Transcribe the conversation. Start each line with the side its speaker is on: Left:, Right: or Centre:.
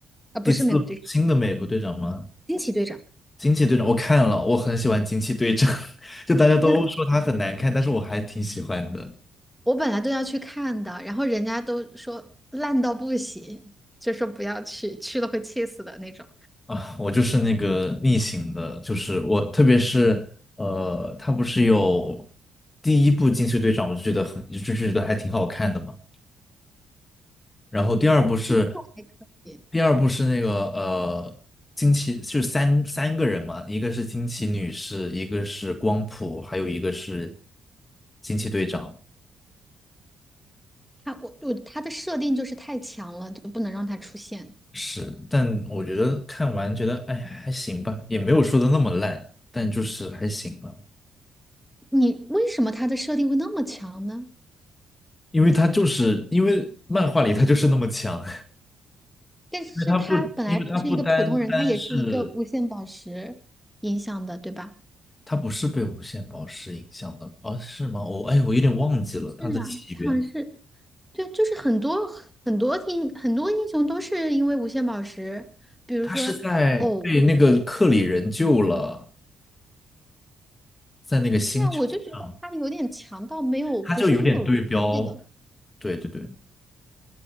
Centre: 啊，不是美国队长，
Left: 第四新的美国队长吗？
Centre: 惊奇队长。
Left: 惊奇队长我看了，我很喜欢惊奇队长，<laughs> 就大家都说他很难看，
Centre: 跟
Left: 但是我还挺喜欢的
Centre: 我本来都要去看的，然后人家都说烂到不行，就说不要去，去了会气死的那种。
Left: 啊。我就是那个逆行的，就是我，特别是呃，他不是有第一部惊奇队长，我就觉得很，就就觉得还挺好看的嘛。然后第二部是，
Centre: 第一部还可以，
Left: 第二部是那个呃，惊奇就是三三个人嘛，一个是惊奇女士，一个是光谱，还有一个是惊奇队长。
Centre: 它我我它的设定就是太强了，就不能让它出现。
Left: 是，但我觉得看完觉得，哎，还行吧，也没有说的那么烂，但就是还行吧。
Centre: 你为什么它的设定会那么强呢？
Left: 因为它就是因为漫画里它就是那么强，
Centre: 但是它本来不是一个普通人，
Left: <laughs> 因为它不，因为它不单单是
Centre: 它也是一个无限宝石影响的，对吧？
Left: 它不是被无限宝石影响的，哦，是吗？我哎，我有点忘记了它的起源，
Centre: 是啊，他好像是，对，就是很多很多英很多英雄都是因为无限宝石，比如说
Left: 它是在被那个克里人救了，
Centre: 哦，
Left: 在那个星球上，
Centre: 对啊，我就觉得他有点强到没有，
Left: 它就有点对标，
Centre: 不是很有逻辑了。
Left: 对对对